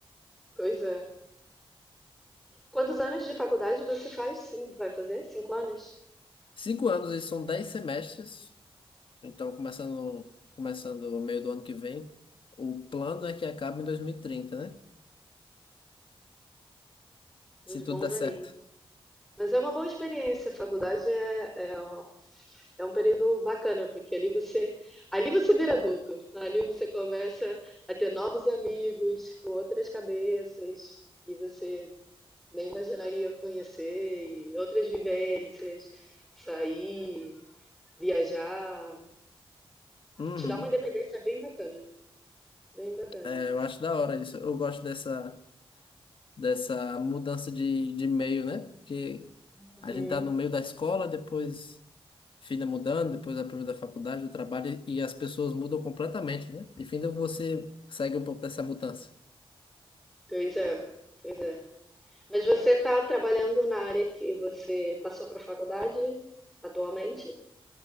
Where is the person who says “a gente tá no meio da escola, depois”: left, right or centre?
Left